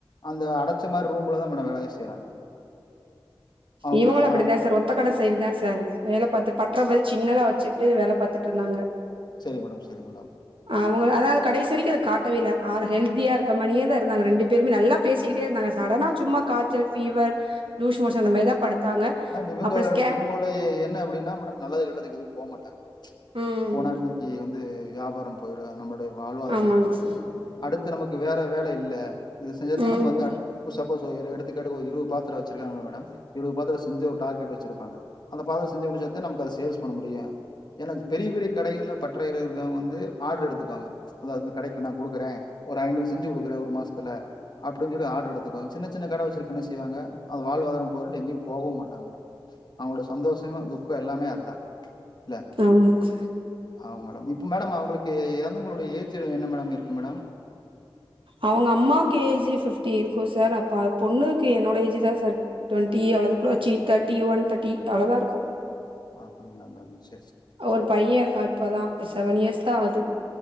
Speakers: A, on the left; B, on the right.
A: அந்த அடச்ச மாரி ரூம்லதா மேடம் வேலயே செய்றாங்க அவங்க
B: இவங்களு அப்டிதா
A: ஆ
B: சார் ஒத்த கட செய்வதா சார் வேல பாத்து பட்ற மாரி சின்னதா வச்சுட்டு வேல பாத்துட்டு இருந்தாங்க
A: சேரிங் மேடம் சேரிங் மேடம்
B: அவங்க அதாது கடைசி வரைக்கு அத காட்டவே இல்ல அவர் ஹெல்தியா இருக்க மாியே தா இருந்தாங்க ரெண்டு பேருமே நல்லா பேசிக்கிட்டே இருந்தாங்க சடனா சும்மா காச்சல் ஃபீவர் லூஸ் மோஷன் அந்த மாரிதா படுத்தாங்க
A: மேம் இவங்க
B: அப்புறோ ஸ்கேன்
A: இவங்களுடைய என்ன அப்டின்னா மேடம் நல்லது கெட்டதுக்கு எதும் போ மாட்டாங்க
B: ம்
A: போனான்னக் கி வந்து வியாபாரம் போயிரு நம்மளுடைய வாழ்வாதார
B: ஆமாங்க
A: போய்
B: சார்
A: அடுத்து நமக்கு வேற வேல இல்ல இத செஞ்சத்த
B: ம்
A: நம்ம வந்து அடு இப்போ சப்போஸ் எடுத்துக்காட்டுக் இருவ பாத்ர வச்சிருக்காங்களா மேடம் இருவ பாத்ர செஞ்சு ஒரு டார்கெட் வச்சுருப்பங்க அந்த பாத செஞ்சு முடிச்சதா நமக்கு அத சேல்ஸ் பண்ண முடியு என்னா பெரிய பெரிய கடைகள்ல பற்றறைகள் இருக்குறவங்க வந்து ஆர்டர் எடுத்துக்குவாங்க அதா கடைக்கு நா குடுக்குறே ஒரு ஐந்நூறு செஞ்சு குடுக்குறே ஒரு மாசத்ல அப்டின்னு சொல்லி ஆடர் எடுத்துக்குவாங்க சின்ன சின்ன கட வச்சுக்க என்ன செய்வாங்க வாழ்வாதார போயிருண்டு எங்கெயு போவு ட மேட அவங்களோட சந்தோஷங்க துக்க எல்லாமே அதுதா இல்ல
B: ஆமாங்க
A: ஆம மேடம் இப்ப மேடம் அவங்களுக்கு எறந்தவங்களோடைய ஏஜ் என்ன மேடம் இருக்கு மேடம்
B: அவுங்க அம்மாக்கு ஏஜ் ஃபிப்டி இருக்கு சார் அப்ப பொண்ணுக்கு என்னோட ஏஜ்தா சார் ட்வெண்டி அவ்ளதுக்குள்ள வச்சி தேர்ட்டி ஒன் தேர்டி அவ்ளதா இருக்கு
A: ஆ அப்டிங்களா மேடம் ச்
B: ஒரு பைய இருக்கா இப்பதா செவன் இயர்ஸ்தா ஆவ்து